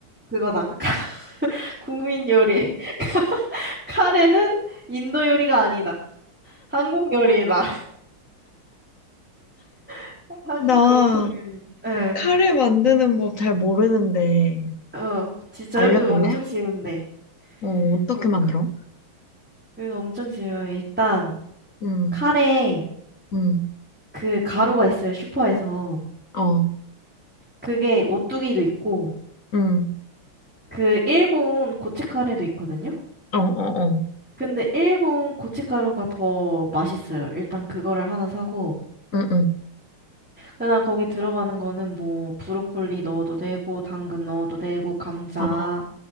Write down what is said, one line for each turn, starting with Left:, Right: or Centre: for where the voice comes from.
Centre: 그거다. <laughs> 국민 요리. <laughs> 카레는 인도 요리가 아니다. 한국 요리다. <laughs> 한국
Left: 나
Centre: 전통 요리다. 예,
Left: 카레 만드는 법 잘 모르는데
Centre: 어, 진짜요?
Left: 알려줄래?
Centre: 그거 엄청 쉬운데.
Left: 어, 어떻게
Centre: 저,
Left: 만들어?
Centre: 그, 그거 엄청 쉬워요. 일단,
Left: 응,
Centre: 카레,
Left: 응,
Centre: 그 가루가 있어요, 슈퍼에서.
Left: 어,
Centre: 그게 오뚜기도 있고,
Left: 응,
Centre: 그 일본 고춧가루도 있거든요.
Left: 어, 어, 어,
Centre: 근데 일본 고춧가루가 더 맛있어요. 일단 그거를 하나 사고
Left: 응, 응.
Centre: 그다음 거기 들어가는 거는 뭐 브로콜리 넣어도 되고 당근 넣어도 되고 감자.
Left: 아,